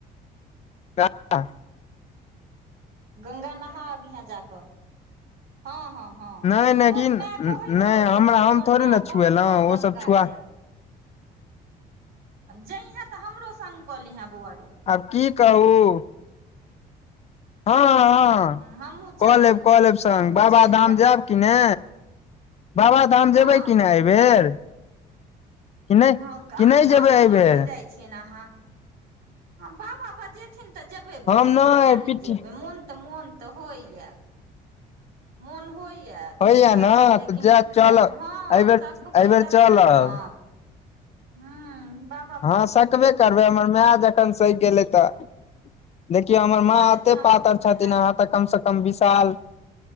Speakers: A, on the left; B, on the right.
A: जा
B: गौगा नहा अबिहें जाकऽ हँ हँ हँ
A: नहि नहि
B: तोहर
A: की
B: मे कहैत
A: नहि
B: रहौ से
A: हमरा
B: तोहर
A: हम थोड़े
B: मे
A: ने
B: कहैत
A: छुएलहुँ
B: रहौ
A: ओ
B: गंगा
A: सब छुआ
B: जेय जइहे तऽ हमरो सङ्ग कऽलिहे बौआरौ
A: आब की कहू हँ हँ
B: हमहूँ चलि
A: कऽ लेब
B: जायब
A: कऽ लेब सङ्ग
B: हमहूँ
A: बाबाधाम
B: चलि
A: जायब कि ने बाबाधाम
B: हँ
A: जेबै कि
B: हँ
A: नहि एहिबेर कि नहि
B: हँ अहाँ
A: कि नहि
B: काँवर
A: जेबै एहिबेर
B: लऽ कऽ जाइ छियै ने अहाँ बाबा बजेथिन तऽ जेबै बौआरो
A: हम
B: किया नहि
A: पीठ
B: जेबै मोन तऽ मन तऽ होइय मन होइ कि
A: होइया
B: से जाइ
A: ने
B: लेकिन
A: तऽ जायब चलब
B: हँ
A: एहिबेर
B: सकबै
A: एहिबेर
B: तखन
A: चलब
B: ने हूंम्म बाप
A: हँ सकबे करबै हमर माय जखन सकि गेलै तऽ देखियौ हमर
B: भऽ
A: माँ
B: जेतै
A: एते
B: हमरो
A: पातर
B: बुते
A: छथिन
B: ने
A: अहाँ तऽ कम से कम विशाल